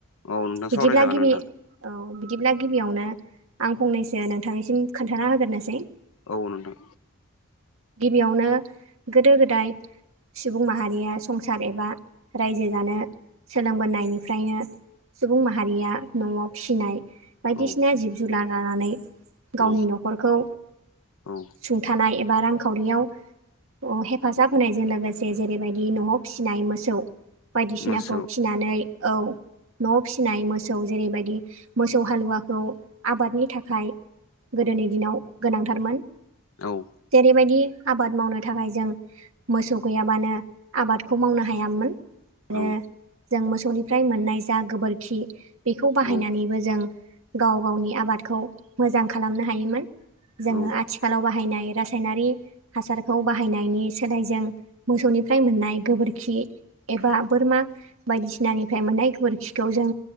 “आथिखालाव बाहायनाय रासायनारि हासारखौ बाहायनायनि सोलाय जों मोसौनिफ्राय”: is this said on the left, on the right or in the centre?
Right